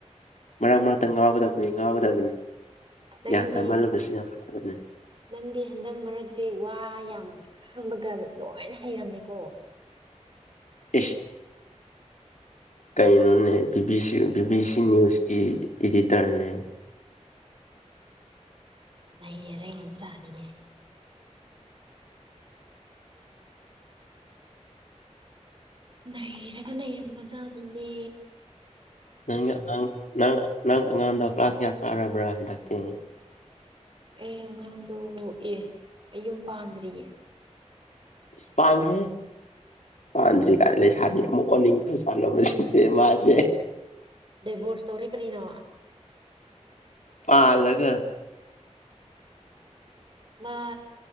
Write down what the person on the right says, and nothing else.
ꯅꯪꯗꯤ
ꯍꯟ-
ꯅꯪꯗꯤ ꯍꯟꯗꯛ ꯃꯔꯛꯁꯦ ꯋꯥ ꯌꯥꯝ ꯍꯪꯕꯒ ꯂꯣꯏꯅ ꯍꯩꯔꯝꯃꯤꯀꯣ
ꯅꯌꯦ ꯂꯩ ꯑꯗꯨꯝ ꯆꯥꯅꯤꯅꯦ ꯅꯩꯔꯒ ꯂꯩꯔꯝꯕ ꯖꯥꯠꯅꯤꯅꯦ
ꯑꯩ ꯑꯉꯥꯡꯗ ꯑꯦ ꯑꯩ ꯌꯨꯝ ꯄꯥꯟꯗ꯭ꯔꯤꯌꯦ
ꯗꯥꯏꯚꯣꯔꯁ ꯇꯧꯔꯦ ꯀꯔꯤꯅꯣ
ꯃꯥ